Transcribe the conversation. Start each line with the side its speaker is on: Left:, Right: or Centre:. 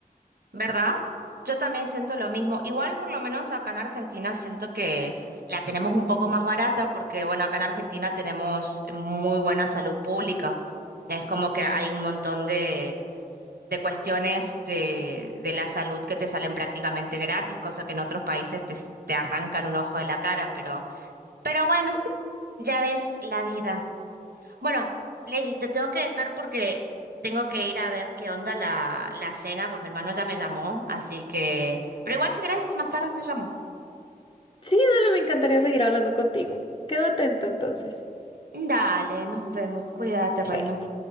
Right: ¿verdad? Yo también siento lo mismo. Igual, por lo menos acá en Argentina, siento que la tenemos un poco más barata porque, bueno, acá en Argentina tenemos muy buena salud pública. Es como que hay un montón de, de cuestiones de, de la salud que te salen prácticamente gratis, cosa que en otros países te, s- te arrancan un ojo de la cara, pero... Pero bueno, Ya ves la vida. Bueno, Lady, te tengo que dejar porque tengo que ir a ver qué onda la, la cena, pues mi hermano ya me llamó, así que... Pero igual si querés, más tarde te llamo.
Left: Sí, dale, me encantaría seguir hablando contigo. Quedo atenta entonces.
Right: Dale, nos vemos. Cuídate, reina.
Left: Bueno.